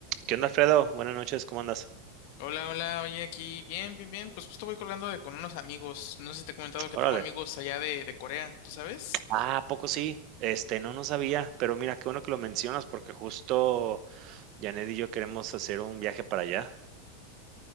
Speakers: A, on the right; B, on the left.
A: ¿Qué onda, Alfredo? Buenas noches, ¿cómo andas?
B: Hola, hola, oye, aquí, bien, bien, bien, pues justo voy colgando de con unos amigos, no sé si te he comentado que
A: Órale.
B: tengo amigos allá de, de Corea, ¿tú sabes?
A: Ah, ¿a poco sí? Este, no, no sabía, pero mira, qué bueno que lo mencionas porque justo Janet y yo queremos hacer un viaje para allá.